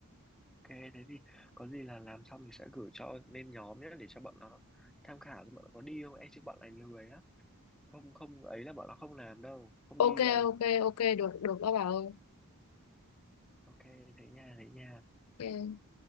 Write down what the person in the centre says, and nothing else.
ok thế thì có gì là làm xong thì sẽ gửi cho lên nhóm nhé để cho bọn nó tham khảo cho bọn nó có đi không e chứ bọn này lười á không không ấy là bọn nó không làm đâu không
đi đâu
ok thế nha thế nha